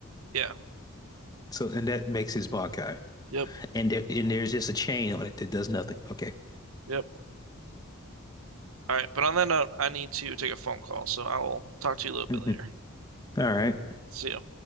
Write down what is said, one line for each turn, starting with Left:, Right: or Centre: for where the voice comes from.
Right: Yeah.
Left: So and that makes his Bankai.
Right: Yep.
Left: And there, and there's just a chain on it that does nothing. Okay.
Right: Yep. All right. But on that note, I need to take a phone call, so I will talk to you a little bit
Left: Mhm.
Right: later.
Left: All right.
Right: See you.